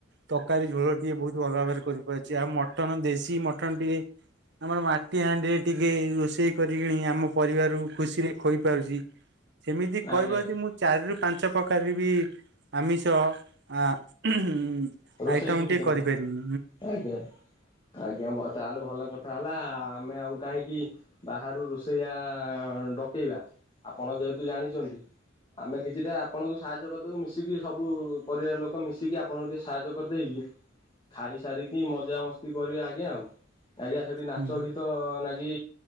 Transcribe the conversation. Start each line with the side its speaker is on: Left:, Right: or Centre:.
Right: ତକାରୀ ଝୋଳ ଟିକେ ବହୁତ ଭଲ ଭାବରେ କରିପାରୁଛି ଆଉ ମଟନ ଦେଶୀ ମଟନ ଟିକେ ଆମର ମାଟି ହାଣ୍ଡିରେ ଟିକେ ରୋଷେଇ କରିକିଣି ଆମ ପରିବାରକୁ ଖୁସିରେ ଖୋଇପାରୁଚି ସେମିତି କହିବ
Left: ଆଜ୍ଞା ଆଜ୍ଞା
Right: ଯଦି ମୁଁ ଚାରିରୁ ପାଞ୍ଚ ପ୍ରକାର ବି ଆମିଷ ଆ ହୁଁ ଉଁ
Left: ରୋଷେଇ
Right: ଆଇଟମ
Left: ଶିଖିଚନ୍ତି
Right: ଟିକେ କରିପାରିବି
Left: ଆପଣ। ଆଜ୍ଞା ମ ତାହେଲେ ଭଲ କଥା ହେଲା ଆମେ ଆଉ କାହିଁକି ବାହାରୁ ରୋଷେଇଆ ଡକେଇବା ଆପଣ ଯେହେତୁ ଜାଣିଚନ୍ତି। ଆମେ କିଛିଟା ଆପଣଙ୍କୁ ସାହାଯ୍ୟ କରିଦବୁ ମିଶିକି ସବୁ ପରିବାର ଲୋକ ମିଶିକି ଆପଣଙ୍କ ଟିକେ ସାହାଯ୍ୟ କରିଦେଇକି ଖାଇସାରିକି ମଜାମସ୍ତି କରିବା ଆଜ୍ଞା ଆଉ। ଆଜ୍ଞା ସେଠି ନାଚ
Right: ହୁଁ।
Left: ଗୀତ ନାଗି